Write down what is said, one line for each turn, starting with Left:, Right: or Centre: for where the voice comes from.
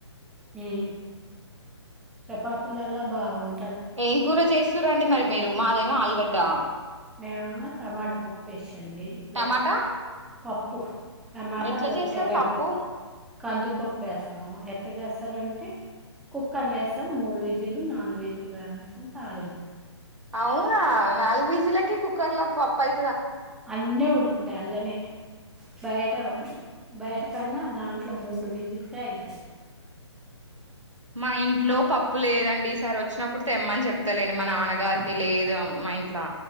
Centre: ఉం చపాతీలలా బాగుం
Right: ఏం కూర చేస్తుర్రండి మరి మీరు మాదేమో ఆల్ గడ్ డ్డ
Centre: మేము టమాటా పప్పు ఏసాండి ఇప్పుడే
Right: టమాటా
Centre: పప్ ప్పు టమాటా
Right: ఎట్లా
Centre: దోస
Right: చేస్తారు
Centre: కాయి కలపు
Right: పప్పు
Centre: కందిపప్పు ఎస్తాము ఎంత చేస్తారంటే కుక్కర్ల వేసాం మూడు విజులు నాలుగు విజులు రాణింక తాలింపు
Right: అవునా నాలుగు విజిల్ల కే కుక్కర్ల పప్పాయి
Centre: అన్ని ఉడుకుతాయి అల్లనే బయట బయట కన్నా దాంట్లో మూడు విజిల్లకే అయితాయి.
Right: మా ఇంట్లో పప్పు లేదన్ డి ఈసార్ వచ్చినప్పుడు తెమ్మని చెప్తలేండి. మా నాన్నగారికి లేదు మా ఇంట్లా